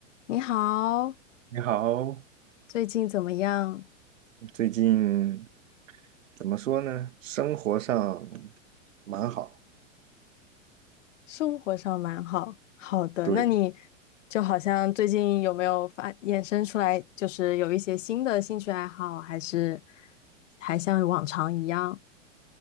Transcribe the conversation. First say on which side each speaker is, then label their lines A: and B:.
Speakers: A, on the left; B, on the right.
A: 你好，
B: 你好，
A: 最近怎么样？
B: 最近怎么说呢？生活上蛮好，
A: 生活上蛮好。好的，
B: 对，
A: 那你就好像最近有没有发衍生出来，就是有一些新的兴趣爱好，还是还像往常一样？